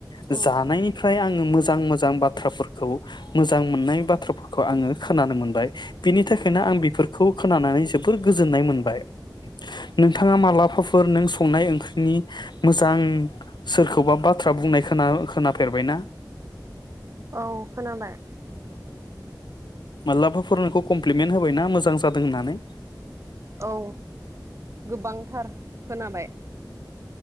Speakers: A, on the left (about 75°); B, on the right (about 40°).
A: जानायनिफ्राय
B: उम
A: आङो मोजां मोजां बाथ्राफोरखौ मोजां मोननाय बाथ्राफोरखौ आङो खोनानो मोनबाय बिनि थाखायनो आं बेफोरखौ खोनानानै जोबोर गोजोननाय मोनबाय नोंथाङा मालाबाफोर नों संनाय ओंख्रिनि मोजां सोरखौबा बाथ्रा बुंनाय खोना खोनाफेरबायना
B: औ खोनाबाय
A: मालाबा फोर नोंखौ कमप्लिमेन्ट होबाय ना मोजां जादों होननानै
B: औ गोबांथार खोनाबाय